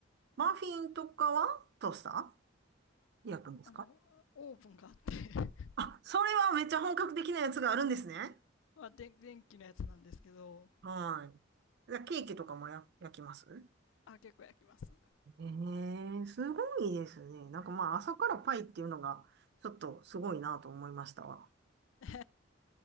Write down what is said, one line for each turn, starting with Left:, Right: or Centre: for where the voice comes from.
Right: マフィンとかはトースター焼くんですか
Left: あの、オーブンがあって <laughs>
Right: あ、それはめっちゃ本格的なやつがあるんですね。
Left: まあ、電電気のやつなんですけど、
Right: はい。じゃあケーキとかもや、焼きます
Left: あ、結構焼きます。
Right: えー、すごいですね。なんかまあ朝からパイっていうのがちょっとすごいなと思いましたわ。
Left: <laughs>